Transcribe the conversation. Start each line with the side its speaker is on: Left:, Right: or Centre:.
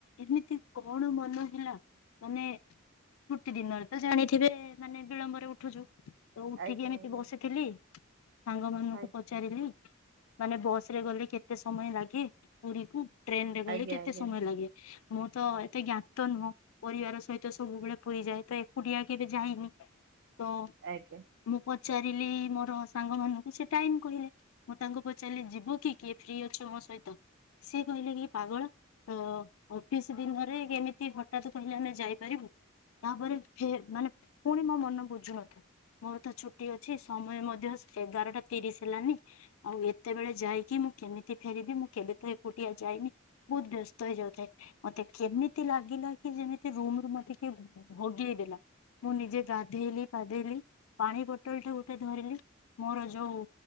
Left: ଏମିତି କଣ ମନ ହେଲା ମାନେ ଗୁଟି ଦିନରେ ତ ଜାଣି ଥିବେ ମାନେ ବିଳମ୍ବରେ ଉଠୁଛୁ ତ ଉଠିକି
Right: ଆଜ୍ଞା
Left: ଏମିତି
Right: ଆଜ୍ଞା
Left: ବସିଥିଲି। ସାଙ୍ଗ ମାନଙ୍କୁ
Right: ଆଜ୍ଞା
Left: ପଚାରିଲି ମାନେ, ବସରେ ଗଲେ କେତେ ସମୟ ଲାଗେ? ପୁରୀକୁ ଟ୍ରେନରେ ଗଲେ
Right: ଆଜ୍ଞା
Left: କେତେ
Right: ଆଜ୍ଞା
Left: ସମୟ ଲାଗେ? ମୁଁ ତ ଏତେ ଜ୍ଞାତ ନୁହଁ ପରିବାର ସହିତ ସବୁବେଳେ ପୁରୀ ଯାଏ ତ ଏକୁଟିଆ କେବେ ଯାଇନି ତ
Right: ଆଜ୍ଞା।
Left: ମୁଁ ପଚାରିଲି ମୋର ସାଙ୍ଗ ମାନଙ୍କୁ ସେ ଟାଇମ କହିଲେ। ମୁଁ ତାଙ୍କୁ ପଚାରିଲି ଯିବୁ କି କିଏ ଫ୍ରି ଅଛ ମୋ ସହିତ ସିଏ କହିଲେ କି ପାଗଳ ତ ଅଫିସ୍ ଦିନରେ ଏମିତି ହଠାତ୍ କହିଲେ ଆମେ ଯାଇପାରିବୁ ତାପରେ ଫେ ମାନେ ପୁଣି ମୋ ମନ ବୁଝୁ ନଥାଏ। ମୋର ତ ଛୁଟି ଅଛି ସମୟ ମଧ୍ୟ ଏଗାରଟା ତିରିଶ ହେଲାନି। ଆଉ ଏତେବେଳେ ଯାଇକି ମୁଁ କେମିତି ଫେରିବି ମୁଁ କେବେ ତ ଏକୁଟିଆ ଯାଇନି। ବହୁତ ବ୍ୟସ୍ତ ହେଇ ଯାଉଥାଏ। ମତେ କେମିତି ଲାଗିଲା କି ଯେମିତି ରୁମରୁ ମତେ କିଏ ଭଗେଇ ଦେଲା? ମୁଁ ନିଜେ ଗାଧେଇଲି ପାଧେଇଲି ପାଣି ବୋଟଲଟା ଗୋଟେ ଧରିଲି ମୋର ଯୋଉ